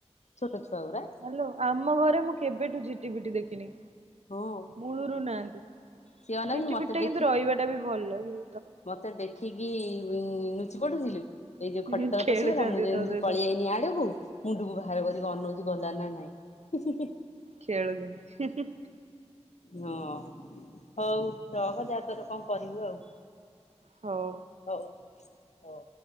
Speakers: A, on the left; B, on the right.
A: ଛୋଟ ଛୁଆ ଗୁରା।
B: ହାଲୋ ଆମ ଘରେ ମୁଁ କେବେଠୁ ଝିଟି ପିଟି ଦେଖିନି।
A: ହଁ।
B: ମୂଳୁରୁ ନାହାନ୍ତି,
A: ସିଏ ଅନାନି
B: ଝିଟି
A: ମତେ
B: ପିଟି ଟା
A: ଦେଖି
B: କିନ୍ତୁ ରହିବାଟା ବି ଭଲ ଯେ
A: ମତେ ଦେଖିକି ଲୁଚି ପଡୁଚିଲୋ। ଏଇ
B: ପିଟି।
A: ଯୋଉ ଖଟତଳ
B: ହୁଁ ଖେଳୁଛନ୍ତି
A: ପଶିଗଲା ମୁଁ ଯେମିତି
B: ତୋ ସହିତ
A: ପଳିଆନି ଆଡକୁ। ମୁଣ୍ଡକୁ ବାହାର କରିକି ଅନଉଛି ଗଲାଣି ନା ନାଇଁ।
B: ଖେଳୁଛନ୍ତି
A: ହଁ ହଉ ରହଜାତୋର କଣ କରିବୁ ଆଉ।
B: ହଉ
A: ହଉ ହଉ